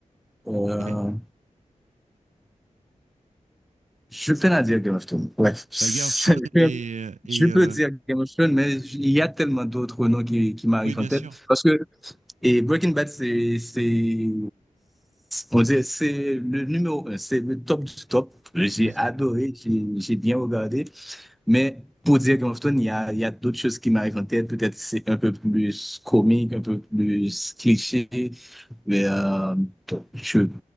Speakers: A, in the centre; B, on the right (about 65°).
A: Euh,
B: Ok.
A: je peine à dire Game of Thrones. Ouais. <laughs> C'est-
B: Euh, Girlfriend et, et
A: Je peux
B: euh,
A: dire Game of Thrones, mais il y a tellement d'autres noms qui, qui m'arrivent
B: oui, bien
A: en tête.
B: sûr.
A: Parce que Et Breaking Bad, c'est, c'est, on dirait, c'est le numéro un, c'est le top du top. J'ai
B: Ouais,
A: adoré, j'ai j'ai bien regardé. Mais pour dire Game of Thrones, il y a, il y a d'autres choses qui m'arrivent en tête. Peut-être c'est un peu plus comique, un peu plus cliché. Mais euh, je...